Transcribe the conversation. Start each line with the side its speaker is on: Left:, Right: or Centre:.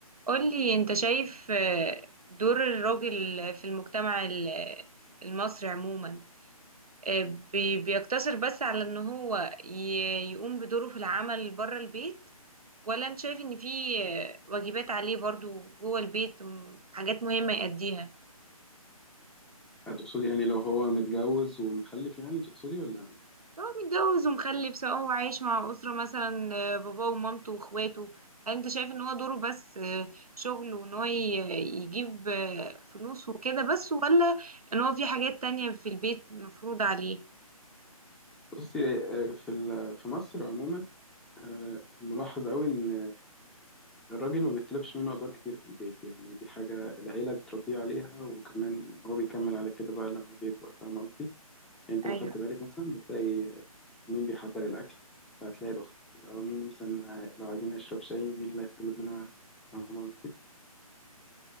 Right: قولي انت شايف آه، دور الراجل في المجتمع ال- المصري عموما آه، بي- بيقتصر بس على ان هو ي- يقوم بدوره في العمل بره البيت ولا انت شايف ان في آه، واجبات عليه برضو جوه البيت م- حاجات مهمة يأديها
Centre: هتقصدي يعني لو هو متجوز ومخلف يعني تقصدي ولا
Right: هو متجوز ومخلف سواء هو عايش مع أسرة مثلا آه، باباه ومامته واخواته هل انت شايف ان هو دوره بس آه، شغل وان هو ي- يجيب آه، فلوس وكده بس ولا ان هو في حاجات تانية في البيت مفروض عليه
Centre: بصي آه، في ال- في مصر عموما آه، الملاحظ قوي ان الراجل ما بيطلبش منه ادوار كتير في البيت يعني دي حاجه العيله بتربيه عليها وكمان هو بيكمل على كده بقى لما بيكبر فاهم قصدي يعني انت
Right: ايوه
Centre: لو خدت بالك مثلا بتلاقي مين بيحضر الاكل فهتلاقي الاخت او مين مثلا لو عايزين نشرب شاي مين اللي هيطلب منها فاهم قصدي